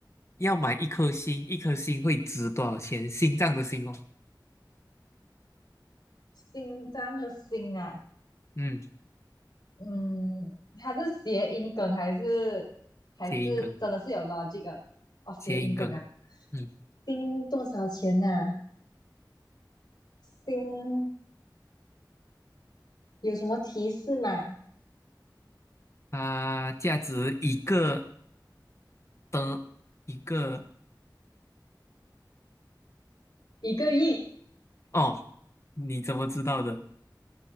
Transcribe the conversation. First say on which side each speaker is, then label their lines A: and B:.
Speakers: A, on the left; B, on the left.
A: 要买一颗心，一颗心会值多少钱？心脏的心哦。
B: 心脏和心啊，
A: 嗯。
B: 嗯，它是谐音梗还是还是真的是有
A: 谐音梗，
B: logic 的？哦，谐音梗啊，
A: 谐音梗，嗯，
B: 心多少钱呐、啊心有什么提示吗？
A: 它价值一个的，一个
B: 一个亿
A: 哦，你怎么知道的？